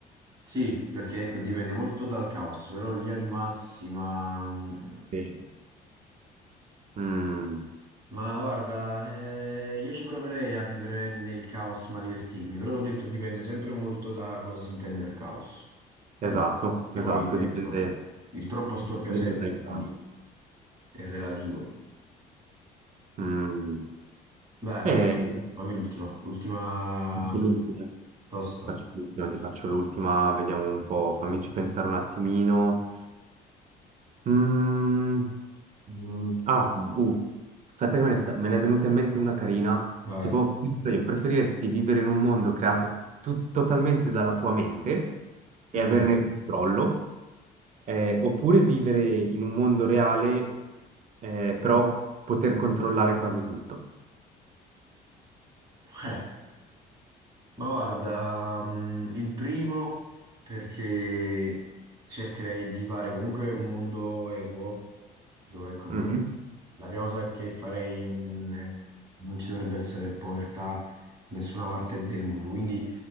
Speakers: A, on the right; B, on the right.
A: Sì, perché ecco, dipende molto dal caos, però in linea di massima... mm,
B: Sì. Mm.
A: Ma guarda, eh, io ci proverei a vivere nel caos ma divertirmi, però ho detto dipende sempre molto da cosa si intende per caos.
B: Esatto,
A: Quando- Che
B: esatto,
A: poi, ecco,
B: dipende
A: il troppo storpia
B: dipende
A: sempre,
B: da cosa è il
A: quindi
B: caso.
A: è relativo.
B: Mm.
A: Dai, fammi,
B: E
A: fammi l'ultima, l'ultima
B: faccio l'ultima,
A: tosta.
B: faccio l'ultima, ti faccio l'ultima, vediamo un po', fammici pensare un attimino. Mm, mm, ah, uh, aspetta che me ne, sta- me ne è venuta in mente una carina.
A: Vai.
B: Tipo, penso io, preferiresti vivere in un mondo creato tu- totalmente dalla tua mente e
A: Mm.
B: averne il controllo, eh, oppure vivere in un mondo reale, eh, però poter controllare quasi tutto?
A: Eh. Ma guarda, mm, il primo perché cercherei di fare comunque un mondo equo, dove Mm. come
B: Mhm.
A: la prima cosa che farei in- non ci dovrebbe essere povertà in nessuna parte del mondo, quindi